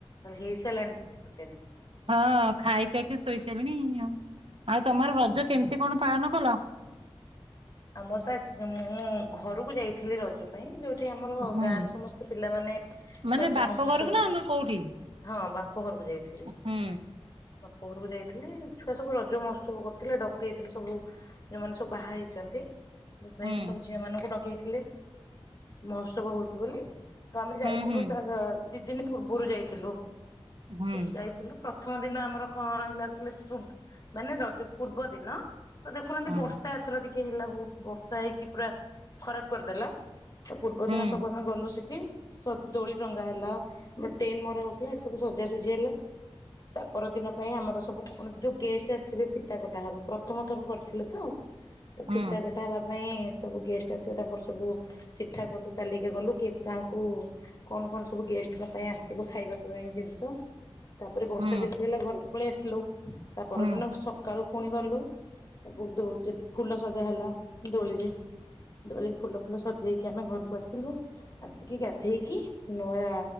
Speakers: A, on the left; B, on the right.
A: <unintelligible> ହେଇ। <unintelligible>
B: ହଁ ଖାଇ ପିଆଇକି ଶୋଇ ସାରିଲିଣି ଆଉ। ଆଉ ତମର ରଜ କେମିତି କଣ ପାଳନ କଲ?
A: ଆମର ତ ମୁଁ ଘରକୁ ଯାଇଥିଲି ରଜ ପାଇଁ ଯୋଉଠି ଆମର
B: ହୁଁ।
A: ଗାଁରେ ସମସ୍ତେ ପିଲାମାନେ
B: ମାନେ
A: ରଜ
B: ବାପ
A: ମହୋତ୍ସବ
B: ଘରକୁ ନା <unintelligible> କୋଉଠି?
A: ହଁ ବାପ ଘରକୁ ଯାଇଥିଲି।
B: ହୁଁ
A: <unintelligible> ଯାଇଥିଲି ଛୁଆ ସବୁ ରଜ ମହୋତ୍ସବ କରିଥିଲେ, ଡକେଇଥିଲେ ସବୁ ଯୋଉମାନେ ସବୁ ବାହା ହେଇ <unintelligible> ଯେହେତୁ
B: ହୁଁ
A: ସବୁ ଝିଅ ମାନଙ୍କୁ ଡକେଇଥିଲେ, ମହୋତ୍ସବ ହଉଛି ବୋଲି। ତ ଆମେ ଯାଇଥିଲୁ
B: ହୁଁ ହୁଁ
A: ତ ଦି ଦିନ ପୂର୍ବରୁ ଯାଇଥିଲୁ
B: ହୁଁ
A: <unintelligible>
B: ହୁଁ।
A: ଯାଇଥିଲୁ। ପ୍ରଥମ ଦିନ ଆମର କଣ ହେଲା କିଲ <unintelligible> ମାନେ ପୂର୍ବ ଦିନ। ତ ଦେଖୁନାହାନ୍ତି
B: ହୁଁ
A: ବର୍ଷା ଏଥର ଟିକେ ହେଲା ବହୁତ ବର୍ଷା ହେଇକି ପୁରା ଖରାପ କରିଦେଲା। ତ ପୂର୍ବ
B: ହୁଁ
A: ଦିନ
B: ହୁଁ
A: ସବୁ ଆମେ ଗଲୁ ସେଠି <unintelligible> ଦୋଳି ଟଙ୍ଗା ହେଲା। ଆମର ଟେନ ମରା ହଉଥିଲା ଏଠି ସବୁ ସଜାସଜି ହେଲା, ତା ପର ଦିନ ପାଇଁ ଆମର ସବୁ <unintelligible> ଯୋଉ ଗେଷ୍ଟ ଆସିବେ ପିତା କଟା ହବ ପ୍ରଥମ ଥର କରିଥିଲେ ତ, ତ ଫିତା
B: ହୁଁ
A: କଟା ହବା ପାଇଁ ସବୁ ଗେଷ୍ଟ ଆସିବ ତାଙ୍କର ସବୁ, ଚିଠା କଲୁ ତାଲିକା କଲୁ କି କା କୁ କଣ କଣ ସବୁ ଗେଷ୍ଟଙ୍କ ପାଇଁ <unintelligible> ଖାଇବା ପାଇଁ ଜିନିଷ। ତାପରେ ବର୍ଷା
B: ହୁଁ ହୁଁ ହୁଁ ହୁଁ ହୁଁ ହୁଁ ହୁଁ ହୁଁ ହୁଁ
A: ଯେମିତି ହେଲା ଘରକୁ ପଳେଇ ଆସିଲୁ ତା ପରଦିନ
B: ହୁଁ ହୁଁ ହୁଁ ହୁଁ ହୁଁ
A: ସକାଳୁ ପୁଣି ଗଲୁ। <unintelligible> <unintelligible> ଫୁଲ ସଜା ହେଲା ଦୋଳିରେ। ଦୋଳିରେ ଫୁଲ ଫୁଲ ସଜେଇକି ଆମେ ଘରକୁ ଆସିଲୁ ଆସିକି ଗାଧେଇକି ନୂଆ